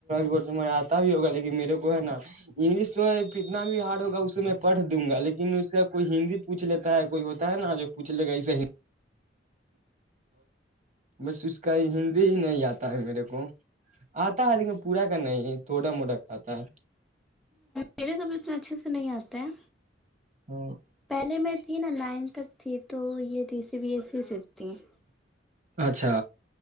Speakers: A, on the right; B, in the centre.
A: بہت ہمیں اتا بھی ہوگا لیکن میرے کو ہ پڑھ دوں گانا انگلش تو ہے کتنا بھی ہارڈ ہوگا اسے میں پڑھ دوں گا لیکن اس کا کوئی ہندی پوچھ لیتا ہے کوئی ہوتا ہے نا جو پوچھ لے گا ایسا ہی۔۔۔۔۔ بس اس کا ہندی ہی نہیں اتا ہے میرے کو۔ اتا ہے لیکن پورا کا نہیں۔ تھوڑا موٹا کا اتا ہے۔
B: میرے کو بھی اتنا اچھے سے نہیں اتا ہ۔
A: ہے
B: پہلے میں تھی نا۔۔ <unintelligible> تھی تو یہ سی بی ایس سی۔۔۔ <unintelligible> <unintelligible>
A: اچھا۔